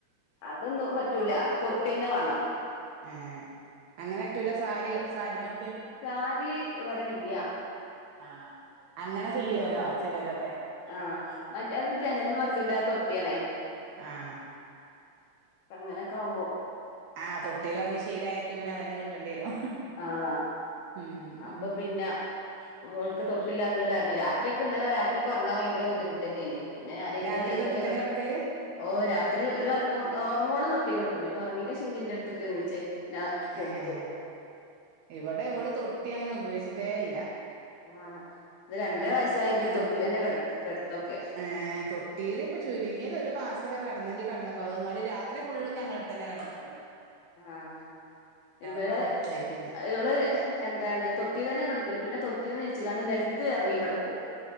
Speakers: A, on the left; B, on the right.
A: അതൊന്നും പറ്റൂല തൊട്ടിന്നെ വേണം
B: ഏഹ് അങ്ങനറ്റൂല്ല സാരി സാരി തൊട്
A: സാരി വട ഇല്ല്യ
B: ആഹ് അങ്ങനെ ചെയ്യോലോ ചെ ലോലൊക്കെ
A: ആഹ് മറ്റേ അത് ജനൽ മ്മേ വെക്കണ്ട തൊട്ടിയാണേ
B: ആഹ്
A: അങ്ങനെയൊക്കെ ആവ്മ്പോ
B: ആ തൊട്ടിൽ ഒറങ്ങി ശീലായക്ക് പിന്നെ അതന്നെ കിട്ടേണ്ടി വരും
A: ആഹ്
B: ഉം
A: അപ്പൊ
B: ഉം
A: പിന്നെ ഓൾക്ക് തൊട്ടില്ലാത്തത് കാരണം രാത്രി ഒക്കെന്നലെ രാത്രി ഒക്കെറങ്ങാൻ ഭയങ്കര ബുദ്ധിമുട്ടന്നെണ് പിന്നെ ഞാൻ ന്റെ
B: രാത്രി
A: മേത്തൊക്കെ
B: തൊട്ടി തന്നെ
A: കെ
B: കെടക്കല്
A: ഓ രാത്രി ഒരു വർക്കും ഒറങ്ങോളം തൊട്ടി കെടുക്കും പിന്നെ ഒറങ്ങീൻ്റേശം പിന്നെ എൻ്റെ അടുത്ത്ക്ക് നീച്ച് കെട്ത്തും
B: ഏഹ് ഇവടെ ഇവള് തൊട്ടി അങ്ങനെ ഉപയോഗിച്ചിട്ടേ ഇല്ല.
A: ആഹ് ഇത് രണ്ടര
B: അല്ല
A: വയസ്സായിട്ടും തൊട്ടീലെന്നെ കെടുത്തൊക്കെ
B: ഏഹ് തൊട്ടീല് പോ ചുരുങ്ങിയത് ഒരു മാസക്കെ കടന്നെങ്കിൽ കടന്നു <unintelligible> അതൊന്നാലും രാത്രി ഫുള് ഞങ്ങള അടുത്തന്നെ കടന്ന് ക്ക്ണത്
A: ആഹ് ഇവടെ
B: ഇവള് ഇതായിട്ടില്ല
A: <unintelligible> എന്താണ്, തൊട്ടിതന്നെ കെട്ക്കൽ പിന്നെ തൊട്ടീന്ന് നീച്ചുകാണ്ട് നെൽത്ത് ഇറങ്ങി കിടക്കും.